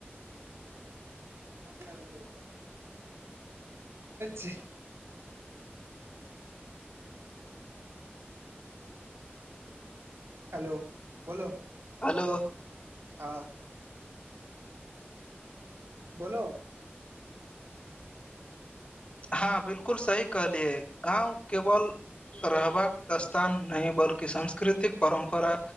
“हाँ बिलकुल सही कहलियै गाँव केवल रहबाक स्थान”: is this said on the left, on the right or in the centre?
Left